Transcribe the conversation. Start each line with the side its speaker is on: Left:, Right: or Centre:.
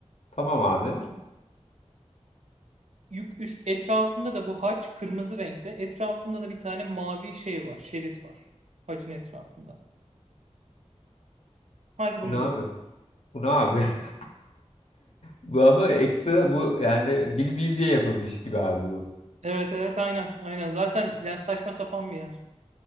Left: Tamam abi.
Right: Tamam mı? Yük üst etrafında da bu haç kırmızı renkte. Etrafında da bir tane mavi şey var. Şerit var. Hacın etrafında. Hadi bunu
Left: Bu ne abi?
Right: da bil.
Left: Bu ne abi? <laughs> Bu ama ekstra bu yani bilmeyeyim diye yapılmış gibi abi bu.
Right: Evet evet aynen aynen zaten yani saçma sapan bir yer